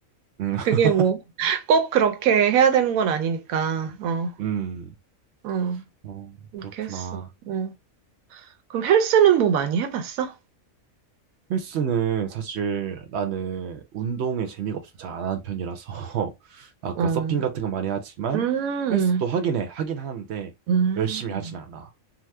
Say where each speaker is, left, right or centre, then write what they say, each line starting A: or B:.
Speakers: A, on the right (about 60°); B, on the right (about 85°).
A: 음. <laughs>
B: 그게 뭐 꼭 그렇게 해야 되는 건 아니니까. 어,
A: 음,
B: 어,
A: 어,
B: 이렇게
A: 그렇구나.
B: 했어. 어. 그럼 헬스는 뭐 많이 해봤어?
A: 헬스는 사실 나는 운동에 재미가 없으면 잘 안 하는 편이라서 <laughs> 아까
B: 어,
A: 서핑 같은 거 많이 하지만
B: 음,
A: 헬스도 하긴 해. 하긴 하는데
B: 음,
A: 열심히 하진 않아.